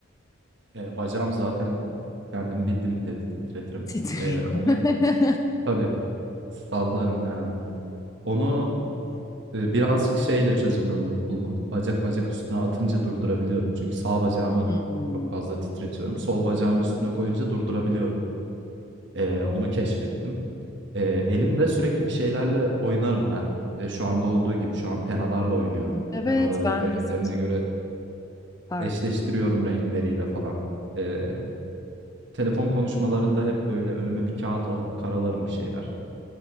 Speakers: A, on the right; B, on the left.
A: E, bacağım zaten kendim bildim bileli titretirim.
B: Titriyor.
A: E, onu
B: <laughs>
A: tabii sallarım yani. Onu e, birazcık şeyle çözümünü bul- buldum. Bacak bacak üstüne atınca durdurabiliyorum. Çünkü sağ bacağımı
B: Hmm.
A: çok fazla titretiyorum. Sol bacağımı üstüne koyunca durdurabiliyorum. E, onu keşfettim. E, elimde sürekli bir şeylerle oynarım ben. E, şu anda olduğu gibi şu an penalarla oynuyorum.
B: Evet,
A: Penaları
B: ben
A: renklerine
B: de saçım.
A: göre
B: Pardon.
A: Eşleştiriyorum renkleriyle falan. Eee, telefon konuşmalarında hep böyle önüme bir kağıt alıp karalarım bir şeyler.